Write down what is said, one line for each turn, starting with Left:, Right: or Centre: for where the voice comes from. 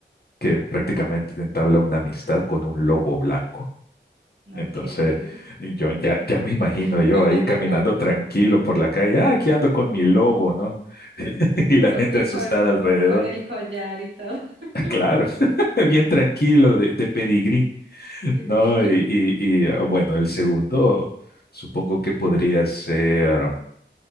Left: que prácticamente entabla una amistad con un lobo blanco.
Right: ¿No
Left: Entonces,
Right: qué?
Left: yo ya, ya me imagino
Right: <laughs>
Left: yo ahí caminando tranquilo por la calle, ah, aquí ando con mi lobo, ¿no? <laughs> Y
Right: Y
Left: la
Right: con,
Left: gente
Right: y
Left: asustada
Right: con,
Left: alrededor.
Right: con el collar y todo. <laughs>
Left: <laughs> Claro, <laughs> bien tranquilo, de, de pedigrí.
Right: Sí.
Left: No, y, y, y, ah, bueno, el segundo supongo que podría ser